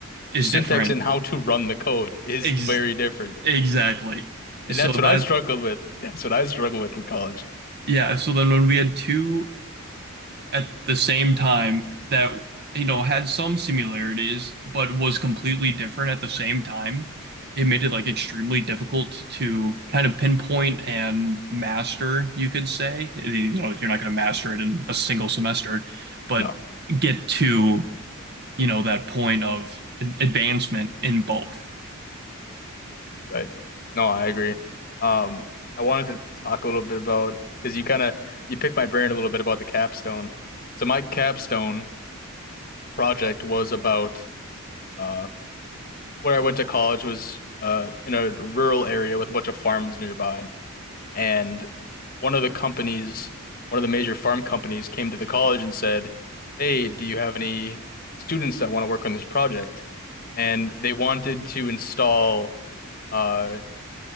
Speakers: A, on the right; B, on the left.
A: is
B: The syntax
A: different.
B: and how to run the code is
A: Ex
B: very different.
A: exactly.
B: And
A: So
B: that's
A: that's,
B: what I struggled with. That's what I struggled with in college.
A: yeah. So then when we had two at the same time that you know had some similarities but was completely different at the same time it made it like extremely difficult to kind of pinpoint and master you could say you know like, you're not going to master it in a single semester but
B: No,
A: get to you know that point of an advancement in both
B: right. No, I agree. Um, I wanted to talk a little bit about because you kind of you picked my brain a little bit about the capstone. So my capstone project was about Uh, where I went to college was uh, in a rural area with a bunch of farms nearby. And one of the companies, one of the major farm companies came to the college and said, Hey, do you have any students that want to work on this project? And they wanted to install uh,